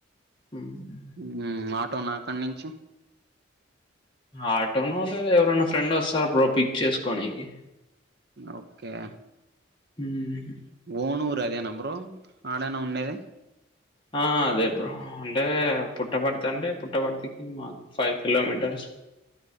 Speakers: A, on the left; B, on the right.
A: హ్మ్
B: ఉమ్ ఆటో నా అక్కడి నుంచి
A: ఆటోనో లేదా ఎవరైనా ఫ్రెండ్ వస్తారు బ్రో పిక్ చేసుకోనికి
B: ఓకే
A: ఉమ్
B: ఓనూరు అదేనా బ్రో ఆడేనా ఉండేది
A: ఆ అదే బ్రో అంటే పుట్టపర్తి అంటే పుట్టబడితికి మాకు five kilometres